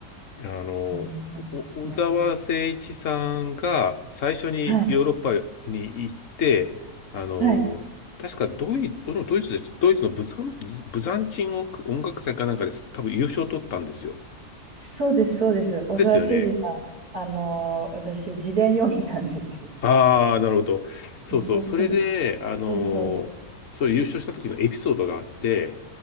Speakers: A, on the left; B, on the right.
A: あの、
B: そんな感じですね。
A: お小沢誠一さんが最初にヨーロッパに行って、
B: はい、
A: あの、
B: はい、
A: 確かドイツ、ドイツで、ドイツのブザン、ブザンチン音楽祭かなんかです。多分優勝を取ったんですよ。
B: そうです、そうです。小澤征爾さん、
A: ですよね。
B: あのー私、自伝読んだんですけど、
A: ああ、なるほど。そうそう。
B: めっちゃ好きで。
A: それで、あのーそれ優勝した時のエピソードがあって、
B: そうそう。